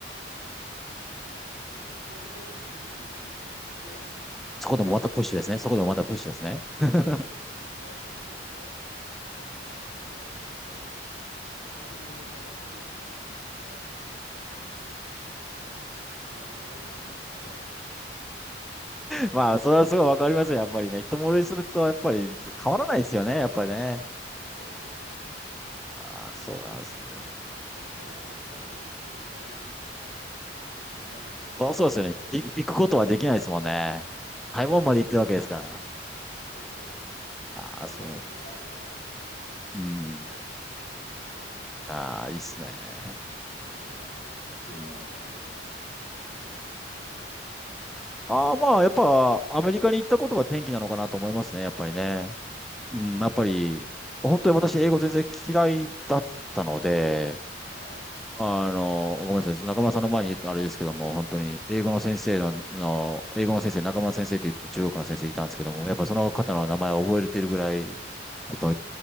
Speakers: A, on the left; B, in the centre.
A: えーっと、そこで一気に進展して、そこから私が、
B: そこでもまたプッシュですね。そこでもまたプッシュですね。<laughs>
A: さそうです、め猛プッシュして、で、っていうのはというのはですね、やっぱりね、あの、7、8年ぶりの再会した時にね、ですね、あの、やっぱ相変わらず可愛いなって思ったんですよ。
B: まあ、それはすごいわかりますよ。やっぱりね。一目惚れすると、やっぱり変わらないですよね。やっぱりね。
A: <laughs> そうですね。
B: ああ、そうなんですね。
A: いやもう、そっからもう、もうプッシュするしかないって思って、プッシュしまくった結果が、
B: あ、そうですよね。
A: まあ、それです。
B: い、行くことはできないですもんね。台湾まで行ってるわけですから。
A: はい。そうです、そうです。
B: ああ、
A: で、
B: そうです。
A: まあ、別にダメならダメでもいいやっていう感じで、
B: うん。
A: もうプッシュして、
B: ああ、いいっすね。
A: という感じです。えっと、りょうさんの方はどうですかあの、
B: うん。
A: 人生の転機、なんかありますか
B: ああ、まあ、やっぱ、アメリカに行ったことが転機なのかなと思いますね、
A: あ、
B: やっぱりね。
A: はい。
B: うん、やっぱり、本当に私、英語全然嫌いだったので、
A: はい。
B: あの、ごめんなさい。中村さんの前に言ったあれですけども、本当に英語の先生の、の英語の先生、中村先生って言って中国の先生いたんですけども、
A: あはははい。
B: やっぱその方の名前を覚えてるぐらい、
A: はい。
B: やっぱ